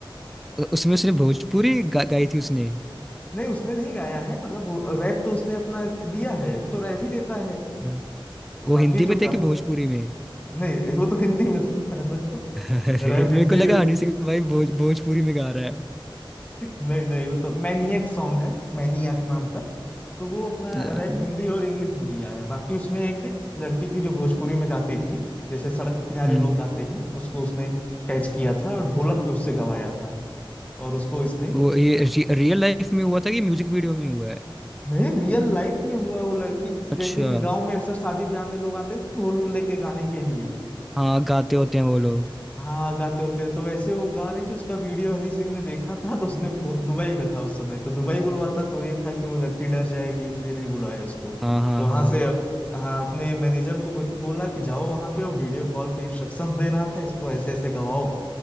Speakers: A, in the centre; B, on the left.
A: उसमें उसने भोजपुरी गा, गाई थी उसने
B: नहीं उसने नहीं गाया है मतलब रैप तो उसने अपना दिया है वो तो रैप ही देता है
A: हाँ, वो
B: बाकी
A: हिंदी में
B: जो
A: थे
B: गा
A: कि भोजपुरी में
B: नहीं वो तो हिंदी में था <laughs> तो
A: अरे
B: रैप
A: मेरे
B: हिंदी
A: को लगा
B: में
A: हनी सिंह भाई भोज भोजपुरी में गा रहा है
B: नहीं नहीं वो तो मैनियक सॉन्ग है मैनियक नाम का तो वो अपना
A: हम्म
B: रैप हिंदी और इंग्लिश में दिया है बाकी उसमें एक लड़की थी जो भोजपुरी में गाती थी जैसे सड़क के किनारे
A: हम्म,
B: लोग गाते हैं उसको उसने कैच किया था और ढोलक पे उससे गवाया था और उसको इसने
A: वो ये रि, रियल लाइफ में हुआ था कि म्यूजिक वीडियो में हुआ है
B: नहीं रियल लाइफ में हुआ है वो लड़की ज-
A: अच्छा
B: जैसे कि गांव में अक्सर शादी ब्याह में लोग आते थे ढोल लेके गाने के लिए
A: हाँ गाते
B: तो
A: होते हैं वो लोग
B: हाँ गाते होते हैं तो वैसे वो गा रही थी उसका वीडियो हनी सिंह ने देखा था तो उसने फो- दुबई में था उस समय तो दुबई बुलवाता तो ये था कि वो लड़की डर जाएगी इसलिए नहीं बुलाया उसको
A: हाँ हाँ
B: तो वहां
A: हाँ
B: से हाँ अपने मैनेजर को ब- बोला कि जाओ वहां पे वो वीडियो कॉल पे इंस्ट्रक्शंस दे रहा था इसको ऐसे ऐसे गवाओ